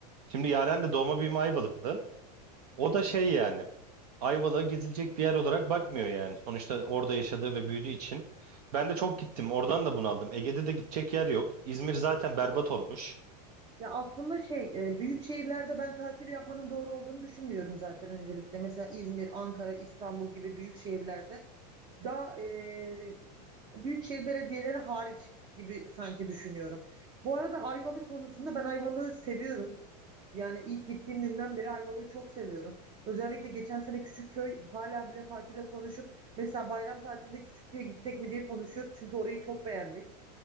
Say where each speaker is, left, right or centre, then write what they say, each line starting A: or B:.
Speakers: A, on the right; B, on the right.
A: Şimdi Yaren de doğma büyüme Ayvalıklı. O da şey yani Ayvalık'a gezilecek bir yer olarak bakmıyor yani. Sonuçta orada yaşadığı ve büyüdüğü için. Ben de çok gittim. Oradan da bunaldım. Ege'de de gidecek yer yok. İzmir zaten berbat olmuş.
B: Ya aslında şey e, büyük şehirlerde ben tatil yapmanın doğru olduğunu düşünmüyorum zaten öncelikle. Mesela İzmir, Ankara, İstanbul gibi büyük şehirlerde daha e, büyükşehir belediyeleri hariç gibi sanki düşünüyorum. Bu arada Ayvalık konusunda ben Ayvalık'ı seviyorum. Yani ilk gittiğim günden beri Ayvalık'ı çok seviyorum. Özellikle geçen sene Küçükköy hala bile Fatih'le konuşup mesela bayram tatilinde Küçükköy'e gitsek mi diye konuşuyoruz. Çünkü orayı çok beğendik.